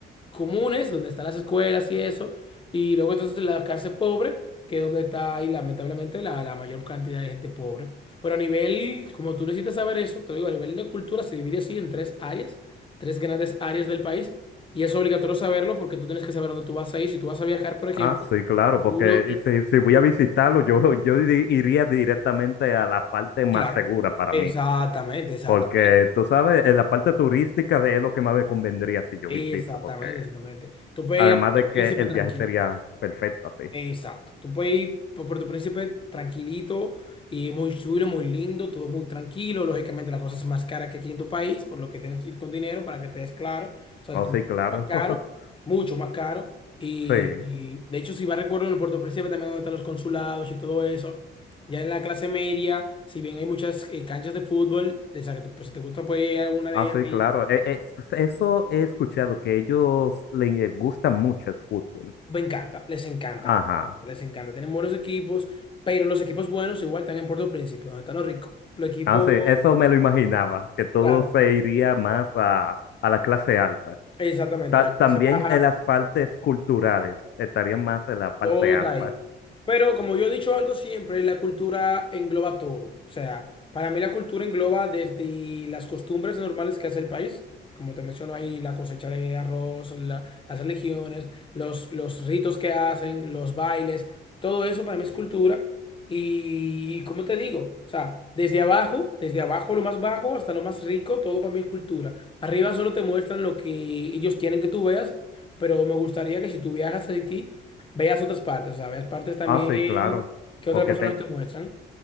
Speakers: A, on the left; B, on the left.
A: comunes, donde están las escuelas y eso, y luego entonces la clase pobre, que es donde está ahí lamentablemente la, la mayor cantidad de gente pobre. Pero a nivel, como tú necesitas saber eso, te digo, a nivel de cultura se divide así en tres áreas tres grandes áreas del país y es obligatorio saberlo porque tú tienes que saber dónde tú vas a ir. Si tú vas a viajar, por ejemplo,
B: Ah, sí, claro,
A: tú
B: porque
A: lo- lo-
B: si, si voy a visitarlo, yo, yo iri- iría directamente a la parte más
A: claro,
B: segura para
A: exactamente,
B: mí,
A: exactamente,
B: porque tú sabes, en la parte turística de- es lo que más me convendría si yo
A: exactamente,
B: visito, porque
A: exactamente. Tú puedes
B: además
A: ir a Puerto
B: de que
A: Príncipe
B: el
A: tranquilo.
B: viaje sería perfecto así.
A: Exacto. Tú puedes ir por Puerto Príncipe tranquilito y muy chulo, muy lindo, todo muy tranquilo. Lógicamente la cosa es más cara que aquí en tu país, por lo que tienes que ir con dinero para que te des claro. O sea,
B: Oh,
A: es como
B: sí,
A: que
B: claro.
A: más caro,
B: <laughs>
A: mucho más caro. Y,
B: Sí,
A: y, de hecho, si vas recuerdo en el Puerto Príncipe también donde están los consulados y todo eso. Ya en la clase media, si bien hay muchas eh, canchas de fútbol, o sea, que tú, pues, si te gusta puedes ir a alguna de
B: ah,
A: ellas
B: sí,
A: ahí
B: claro. E- e- eso he escuchado, que ellos les gusta mucho el fútbol.
A: Me encanta, les encanta, que
B: Ajá.
A: les encanta. Tienen buenos equipos, pero los equipos buenos igual están en Puerto Príncipe, donde están los ricos. Los equipos,
B: Ah, sí, eso me lo imaginaba, que todo
A: claro,
B: se iría más a, a la clase alta.
A: exactamente,
B: Ta-
A: la clase
B: también
A: baja
B: en las partes culturales, estarían más en la parte
A: Todo
B: alta.
A: ahí. Pero como yo he dicho algo siempre, la cultura engloba todo. O sea, para mí la cultura engloba desde las costumbres normales que hace el país, como te menciono ahí, la cosecha de arroz, la- las religiones, los, los ritos que hacen, los bailes, todo eso para mí es cultura. Y, como te digo, o sea, desde abajo, desde abajo lo más bajo hasta lo más rico, todo para mí es cultura. Arriba solo te muestran lo que ellos quieren que tú veas, pero me gustaría que si tú viajas a Haití, Veas otras partes, o sea, veas partes también
B: Ah, sí, claro,
A: que otras
B: porque
A: personas
B: te-
A: te muestran.